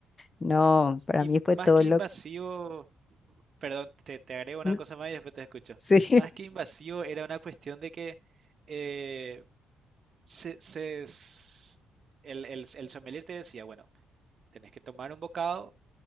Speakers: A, on the left; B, on the right.
A: No, para
B: Y
A: mí
B: m-
A: fue
B: más
A: todo
B: que
A: lo...
B: invasivo, perdón, te, te agrego
A: <laughs>
B: una cosa más y después te escucho.
A: Sí.
B: Más que invasivo era una cuestión de que eh, se, se s- el, el, el sommelier te decía, bueno, Tenés que tomar un bocado,